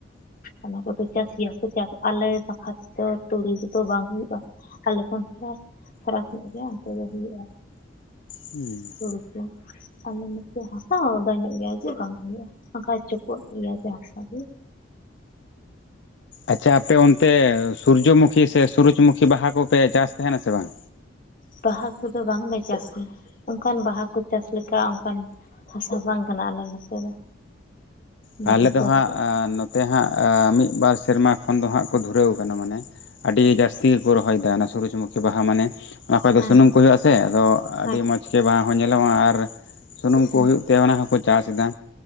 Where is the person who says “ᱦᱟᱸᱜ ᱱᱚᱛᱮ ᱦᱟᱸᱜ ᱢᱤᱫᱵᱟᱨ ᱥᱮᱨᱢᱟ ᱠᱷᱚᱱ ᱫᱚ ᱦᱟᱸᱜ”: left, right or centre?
Left